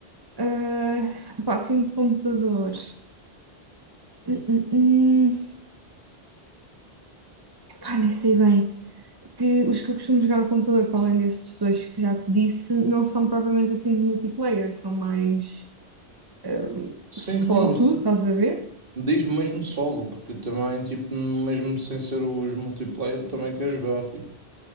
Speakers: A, on the right (about 25°); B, on the right (about 55°).
A: Ah, pá, assim de computador. Hum, hum, hum. Pá, nem sei bem. Que os que eu costumo jogar no computador, para além destes dois que já te disse, não são propriamente assim de multiplayer, são mais hum,
B: Sim,
A: só
B: sim, mas
A: tu, estás a ver?
B: diz mesmo solo, porque também, tipo, mesmo sem ser os multiplayer, também quer jogar, tipo,